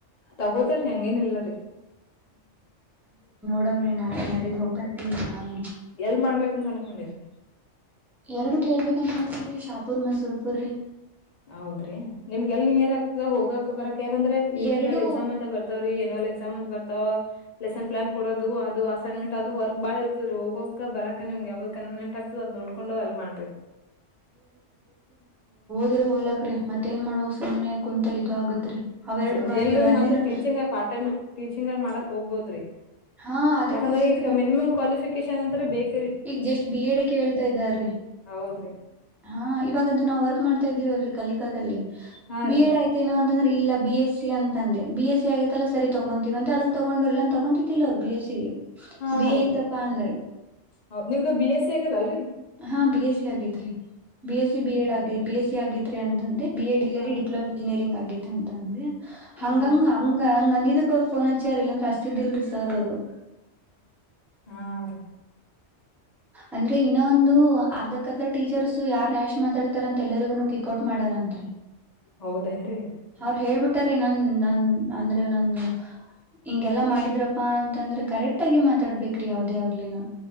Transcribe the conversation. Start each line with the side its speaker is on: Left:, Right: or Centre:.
Left: ತಗೋತಾರೀ ಹೆಂಗೇನ ಇಿಲ್ಲರಿ
Centre: ನಡ್ರ ನಾ ನಡಿದ ಹೋಗಿ ಬರ್ತೀನ್ ರೀ ನಾನು
Left: ಎಲ್ ಮಾಡ್ಬೇಕಂತ ಅನ್ಕೊಂಡೆ ಸರ್
Centre: ಎರಡು ಕೇಳ್ಬೇಕಂತ ನೋಡನ್ಿ ಶಾಪೂರ್ ಮೈಸೂರ್ಪುರೀ
Left: ಹೌದ್ರಿ ನಿಮ್ಗೆಲ್ ಇಯರ್ ಆಗ್ತದ ಹೋಗಕಕ್ ಬರಕ್ ಯಾಕಂದ್ರೆ ಇಂಟರ್ನಲ್
Centre: ಎರಡು
Left: ಎಕ್ಸಾಮ್ ಅಂತ ಬರ್ತವ್ರಿ ಎನ್ಯಲ್ ಎ್ ಸಮಾಮಂಧ ಬರ್ತಾವ ಲೆಸನ್ ಪ್ಲಾನ್ ಕೊಡದು ಅದು ಅಸೈನ್ಮೆಂಟ್ ಅದು ವರ್ಕ್ ಬಾಳ ಇರ್ತದ ರೀ ಹೋಗೋಕ ಬರಕ ನಿಮ್ಗೆ ಯಾವ್ದ್ ಕನ್ವಿನಿಯಂಟ್ ಆಗ್ತದ ಅದ್ ನೋಡ್ಕೊಂಡು ಅಲ್ ಮಾಡ್ರಿ
Centre: ್ರ ಹೋಲಕ ರೀ ಮತ್ತೇ ನ್ ಮಾಡ್ಕ್ ಸು್ನೆ ಕುಂತಲ ಇದು ಆಗತ್ರಿ ಅವೆರಡು
Left: ಸುಮ್
Centre: ಮಂದಿ
Left: ಎಲ್ರು
Centre: ಒಂದಿನ
Left: ಮತ್ತತ್ ಟೀಚಿಂಗ್ ಪಾರ್ಟ್ ಟೈಮ್ ಟೀಚಿಂಗ್ ಮಾಡಕ್ ಹೋಗ್ಬೋದ್ರಿ
Centre: ಹಾ ಅದಕ್ಕೋಸ್ಕರ
Left: ಯಾಕಂದ್ರೆ ಈ ಮಿನಿಮಮ್ ಕ್ವಾಲಿಫ ನಂತರ ಬೇಕು
Centre: ಈಗ ಜಸ್ಟ್ ಬಿ ಎಡ್ ಹೇಳ್ತಾ ಇದ್ದಾರೀ
Left: ಹೌದ್ರಿ
Centre: ಹಾ ಇವಾಗ್ದು ನಾವ್ ವರ್ಕ್ ಮಾಡ್ತಾ ಇದೀವಲ್ೀ ಕಲಿಕಾದಲ್ಲಿ
Left: ಹಾ
Centre: ಬಿ
Left: ರೀ
Centre: ಎಡ್ ಆಯ್ತೇನ ಅ ಂದ್ರೆ ಇಲ್ಲ ಬಿ ಎಸ್ ಸಿ ಅಂತಂದೆ ಬಿ ಎಸ್ ಸಿ ಆಗತ್ತಲ್ಲ ಸರಿ ತಗೋಂತೀವ ಅಂತೆ ಅದಕ್ ತಗೊಂಡರ್ಲಲ್ಲ ಅನ್ ತಗೊತಿದಿಲ್ಲ ಅವ್ರು ಬಿ ಎಸ್ಸ
Left: ಹಾ
Centre: ಬಿ ಎ
Left: ರೀ
Centre: ಇತ್ತಪ್ಪಾ ಅಂದ್ರೆ
Left: ಹೌದ್ ನಿಮ್ದು ಬಿ ಎಸ್ ಸಿ ಆಗ್ಯದಲ್ರರಿ
Centre: ಹಾ ಬಿ ಎಸ್ ಸಿ ಆಗೈತ್ ರರಿ B S C B Ed ಆಗಿ ಬಿ ಎಸ್ ಸಿ ಸಿಗೆ ಅಂತಂದ ಬಿ ಎಡ್ ಇಲ್ಲ
Left: ಹಾ
Centre: ಡಿಪ್ಲೋಮಾ ಇಂಜಿನಿಯರಿಂಗ್ ಆಗೇ ಅಂತಂದೆ ಹಂಗಂಗ
Left: ಹಾ
Centre: ಹಂಗ ಹಂಗ ಅಂದಿದ ಅವರು ಫೋನ್ ಹಚ್ಚ್ಯಾರ ಇಲ್ಲಾಂದ್ರೆ ಅಷ್ಟತಿದ್ದಲ್ರಿ ಸರ್ ಅವರು
Left: ಹಾ ರೀ
Centre: ಅಂದ್ರೆ ಇನ್ನ ಒಂದು ಅರ್ಧ ಅರ್ಧ ಟೀಚರ್ಸ್ ಯಾರ್ ರ್ಯಾಶ್ ಮಾತಾಡ್ತಾರ ಅಂತ ಎಲ್ಲರಿಗೂ ಕಿ ಕೊೋಟ್ ಮಾಡಾರಂತ್ರಿ
Left: ಹೌದೇನ್ರಿ
Centre: ಅವ್ರ ಹೇಳ್ಬಿಟ್ಟಾರ ನನ್ ನನ್ ಅಂದ್ರೆ ನನ್ ಹಿಂಗೆಲ್ಲಾ ಮಾಡಿದ್ರ ಪ್ಪಾ ಅಂತಂದ್ರೆ ಕರೆಕ್ಟ್ ಆಗಿ ಮಾ ತಡ್ಬೇಕ್ರೀ ಯಾವದೇ ಆಗ್ಲಿನ